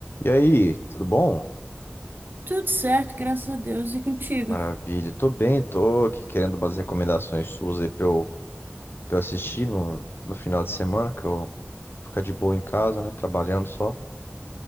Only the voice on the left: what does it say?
E aí, tudo bom?
Maravilha, tô bem, tô aqui querendo umas recomendações suas aí pra eu, pra eu assistir no, no final de semana, que eu vou ficar de boa em casa, né? Trabalhando só.